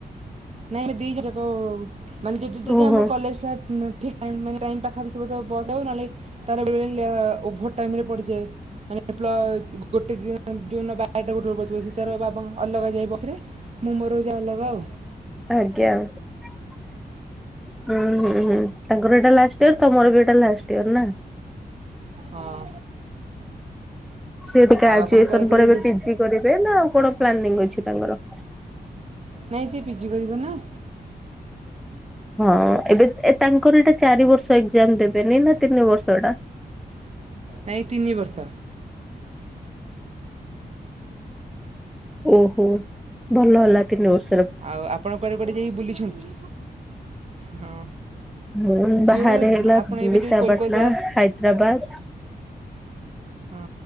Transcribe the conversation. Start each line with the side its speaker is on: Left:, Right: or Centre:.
Right: ନାଇଁ ଆମେ ଦିଟା ଜାକ ମାନେ ଯଦି ଯଦି
Centre: ଓହୋ
Right: ଆମ କଲେଜ ଷ୍ଟାଟ ନାଁ ଠିକ୍ ଟାଇମ୍ ମାନେ ଟାଇମ୍ ପାଖାପାଖିବ ତ ବସ ଯଉ ନହେଲେ ତାର ବେଳେ ବେଳେ ଲ ଓଭର ଟାଇମ ରେ ପଡ଼ିଯାଏ ମାନେ ପ୍ଲ ଗୋଟେ ଦିନ ଯୋଉ ଦିନ ବାରଟା ଗୋଟେ ରେପଡିଥବ ସେ ତାର ବାବା ଅଲଗା ଯାଇ ବସେ। ମୁଁ ମୋର ଯାଏ ଅଲଗା ଆଉ।
Centre: ଆଜ୍ଞା ହୁଁ
Right: ହଁ
Centre: ହୁଁ ହୁଁ। ତାଙ୍କର ଏଇଟା ଲାଷ୍ଟ ତମର ବି ଏଇଟା ଲାଷ୍ଟ ଇୟର ନା?
Right: ହଁ।
Centre: ସେ ଟିକେ
Right: ଆଉ
Centre: ଗ୍ରାଜୁଏସନ
Right: ଆପଣ କୁଆଡ଼େ କୁଆଡ଼େ
Centre: ପରେ ଏବେ
Right: ଯାଇ
Centre: ପିଜି କରିବେ ନା ଆଉ କଣ ପ୍ଲାନିଂ ଅଛି ତାଙ୍କର?
Right: ନାଇଁ ସିଏ ପିଜି କରିବ ନା।
Centre: ହଁ ଏବେ ଏ ତାଙ୍କର ଏଇଟା ଚାରି ବର୍ଷ ଏକ୍ଜାମ ଦେବେନି ନା ତିନି ବର୍ଷ ଏଟା?
Right: ନାଇଁ ତିନି ବର୍ଷ।
Centre: ଓହୋ। ଭଲ ହେଲା ତିନି ବର୍ଷ।
Right: ଆଉ ଆପଣ କୁଆଡ଼େ କୁଆଡ଼େ ଯାଇ ବୁଲିଛନ୍ତି? ହଁ।
Centre: ମୁଁ ବାହାରେ
Right: ଯୋଉ
Centre: ହେଲା
Right: ଆପଣ ଏବେ
Centre: ବିଶାଖାପାଟଣା
Right: ଯୋଉ କୋଲକତା
Centre: ହାଇଦ୍ରାବାଦ
Right: ହଁ।